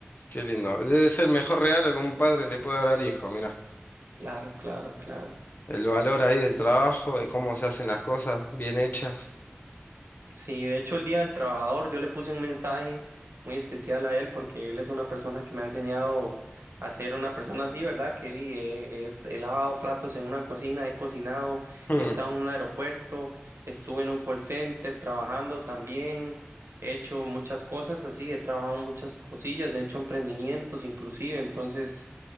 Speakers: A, on the left; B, on the right.
A: qué lindo. Debe ser el mejor regalo que un padre le puede dar al hijo, mirá.
B: claro, claro, claro.
A: El valor ahí del trabajo, de cómo se hacen las cosas bien hechas.
B: Sí, de hecho el Día del Trabajador yo le puse un mensaje muy especial a él porque él es una persona que me ha enseñado a ser una persona así, ¿verdad? Que y, eh, eh, he, lavado platos en una cocina, he cocinado,
A: Mm,
B: he estado en un aeropuerto, estuve en un call center trabajando también, he hecho muchas cosas así, he trabajado en muchas cosillas, he hecho emprendimientos inclusive, entonces,